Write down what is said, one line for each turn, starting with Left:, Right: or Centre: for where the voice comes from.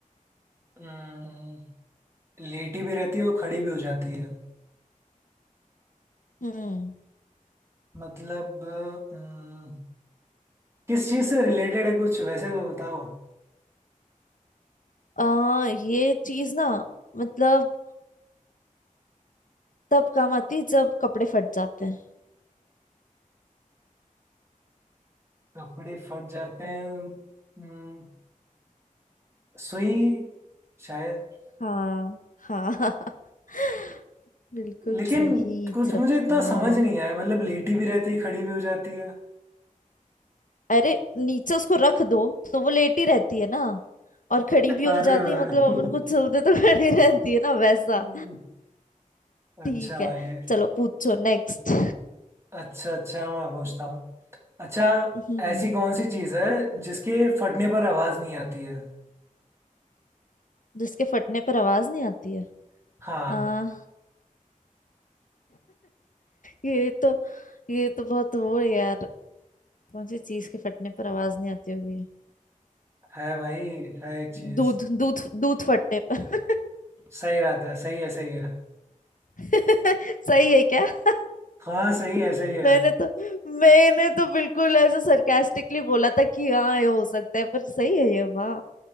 Right: अम्म, लेटी भी रहती है और खड़ी भी हो जाती है
Left: हम्म
Right: मतलब अम्म, किस चीज से रिलेटेड है कुछ वैसे तो बताओ
Left: आ, ये चीज ना मतलब तब काम आती है जब कपड़े फट जाते हैं
Right: कपड़े फट जाते हैं अम्म, सुई शायद
Left: हाँ हाँ <laughs> बिल्कुल
Right: लेकिन
Left: सही
Right: कुछ
Left: जवाब
Right: मुझे इतना समझ नहीं आया मतलब लेटी भी रहती है खड़ी भी हो जाती है
Left: अरे नीचे उसको रख दो तो वो लेटी रहती है ना और खड़ी
Right: अरे
Left: भी हो जाती
Right: वाह
Left: है मतलब अपन
Right: <laughs>
Left: कुछ चलते तो <laughs> खड़ी रहती है ना वैसा
Right: अम्म, अच्छा
Left: ठीक है
Right: भाई
Left: चलो पूछो नेक्स्ट
Right: अच्छा अच्छा मैं पूछता हूँ अच्छा
Left: हम्म
Right: ऐसी कौन सी चीज है जिसके फटने पर आवाज नहीं आती है
Left: जिसके फटने पर आवाज नहीं आती है
Right: हाँ
Left: आ, ये तो ये तो बहुत वो है यार कौन सी चीज के फटने पर आवाज नहीं आती होगी
Right: है भाई है एक चीज
Left: दूध दूध दूध फटने पर
Right: सही बात है सही है सही है
Left: <laughs> सही है क्या <laughs>
Right: हाँ सही है सही है
Left: मैंने तो मैंने तो बिल्कुल ऐसे सरकास्टिकली बोला था कि हाँ ये हो सकता है पर सही है ये वाह